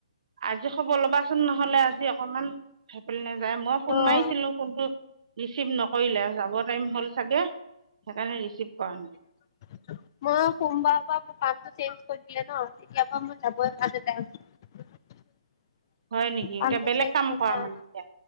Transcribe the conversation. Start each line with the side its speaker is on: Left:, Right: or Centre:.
Right: আজি খবৰ ল'বাচোন নহলে আজি অকমান থাকিল নে যাই মই ফোন
Left: ত'
Right: মাৰিছিলো, ফোনটো ৰিচিভ নকৰিলে, যাব টাইম হ'ল চাগে সেইকাৰণে ৰিচিভ কৰা নাই।
Left: <unintelligible> মই সোমবাৰৰ পৰা মোৰ কামটো চেঞ্জ কৰি দিলে ন, তেতিয়া পৰা মই যাব হোৱা নাই <unintelligible>
Right: হয় নেকি
Left: কামটো
Right: এতিয়া বেলেগ
Left: চেঞ্জ
Right: কাম
Left: হৈছে
Right: কৰা মানে এতিয়া,